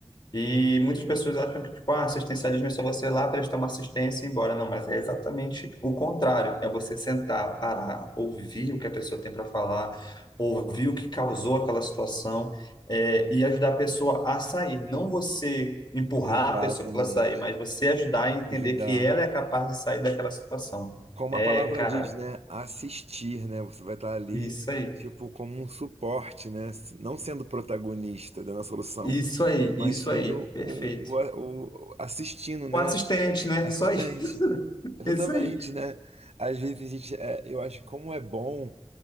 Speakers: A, on the left (about 45°); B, on the right (about 75°).
A: E muitas pessoas acham que, tipo, ah, assistencialismo é só você ir lá prestar uma assistência e ir embora. Não, mas é exatamente o contrário. É você sentar, parar, ouvir o que a pessoa tem para falar, ouvir o que causou aquela situação, é, e ajudar a pessoa a sair. Não você empurrar
B: Exatamente.
A: a pessoa para ela sair, mas você ajudar a entender
B: Ajudar.
A: que ela é capaz de sair daquela situação.
B: Como
A: É,
B: a palavra
A: cara,
B: diz, né? Assistir, né? Você vai estar ali,
A: isso aí.
B: tipo, como um suporte, né? Não sendo protagonista da solução,
A: Isso aí,
B: mas
A: isso
B: sendo
A: aí. Perfeito.
B: o, o, o- assistindo, né?
A: O assistente, né?
B: Assistente.
A: Só isso. <laughs>
B: Exatamente,
A: Isso aí.
B: né? Às vezes a gente, é, eu acho que como é bom.